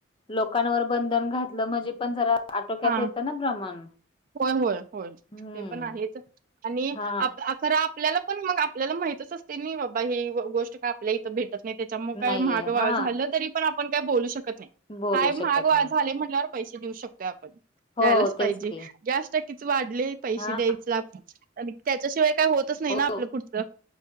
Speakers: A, on the left; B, on the right.
A: लोकांवर बंधन घातलं म्हणजे, पण जरा आटोक्यात
B: हा
A: येतं ना प्रमाण,
B: होय, होय, होय,
A: हम्म
B: ते पण आहेच आणि
A: हा
B: आप आप खर आपल्याला पण मग, आपल्याला माहितच असतय, नाही बाबा ही गोष्ट काय आपल्या इथं भेट टत नाही. त्याच्यामुळे काय
A: नाहीये
B: महाग
A: हा
B: झालं तरी पण आपण काय बोलू शकत नाही.
A: बोलू
B: काय
A: शकत
B: महाग व्हा
A: नाही
B: झालय, म्हणल्यावर पैसे देऊ शकतोय आपण,
A: हो
B: द्यायलाच पाहिजे.
A: तेच की
B: गॅस् टाक्कीेच वाढलय पैसे
A: हा
B: द्यायच आणि त्याच्याशिवाय काय होतच नाही
A: हो
B: ना, आपलं पुढचं